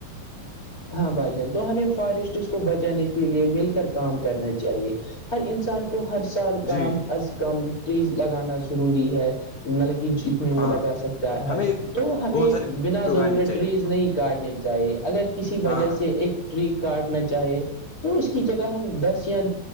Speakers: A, on the left; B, on the left.
A: ہاں بھائی جان تو ہمیں فارسٹس کو بچانے کے لیے مل کر کام کرنا چاہیے ہر انسان کو ہر سال کام
B: جی
A: از کم ٹریز لگانا ضروری ہے مطلب کہ ج
B: ہاں
A: وہ لگا سکتا ہے
B: ہمیں
A: تو ہمیں
B: بہت سارے
A: بنا
B: پیڑ
A: ضرورت
B: اگانے چاہیے
A: ٹریز نہیں کاٹنی چاہیے اگر کسی وجہ
B: ہاں
A: سے ایک ٹری کاٹنا چاہے تو اس کی جگہ ہم دس کیا